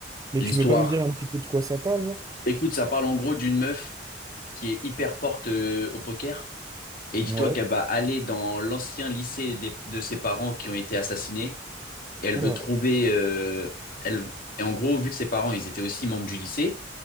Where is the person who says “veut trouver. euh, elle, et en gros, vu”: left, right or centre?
Left